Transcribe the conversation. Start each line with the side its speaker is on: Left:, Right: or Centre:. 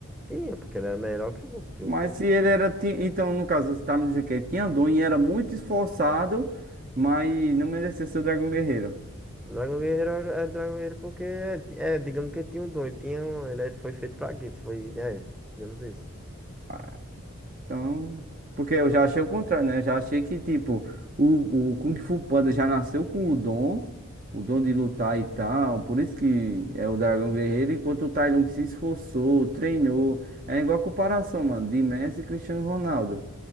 Centre: Tinha, porque ele era melhor que o, que
Right: Mas
Centre: o Kung
Right: se
Centre: Fu.
Right: ele era. ti- Então, no caso, você tá me dizendo que ele tinha dom e era muito esforçado, mas não merecia ser o Dragão Guerreiro.
Centre: Dragon Guerreiro era, era Dragon Guerreiro porque, é, é, digamos que ele tinha um dom, ele tinha um, ele era- foi feito pra isso, foi, é, digamos isso.
Right: Ah, Então. Porque eu já achei o contrário, né? Eu já achei que, tipo, o, o Kung Fu Panda já nasceu com o dom, o dom de lutar e tal. Por isso que é o Dragão Guerreiro, enquanto o Tai Lung se esforçou, treinou. É igual a comparação, mano, de Messi e Cristiano Ronaldo.